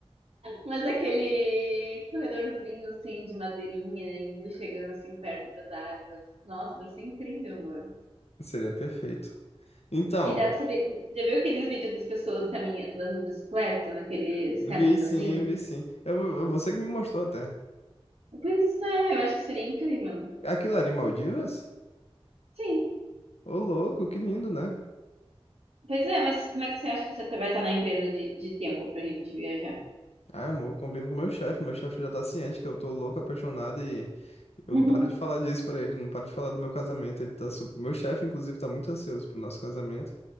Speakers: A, on the right; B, on the left.
A: Mas aquele corredorzinho assim de madeirinha indo chegando assim perto das árvores. Nossa, deve ser incrível, amor.
B: Seria perfeito. Então,
A: E dá pra saber. Já viu aqueles vídeos das pessoas caminhando, andando de bicicleta naqueles caminhozinhos?
B: vi sim, vi sim. Eu, eu- você que me mostrou até.
A: Pois é, eu acho que seria incrível, né?
B: Aquilo era em Maldivas?
A: Sim.
B: Ô, louco, que lindo, né?
A: Pois é, mas como é que você acha que você vai estar na empresa de, de tempo pra gente viajar?
B: Ah, amor, eu combino com o meu chefe. Meu chefe já tá ciente que eu tô louco, apaixonado e eu
A: Uhum.
B: não paro de falar disso pra ele, não paro de falar do meu casamento. Ele tá su... Meu chefe, inclusive, tá muito ansioso pro nosso casamento.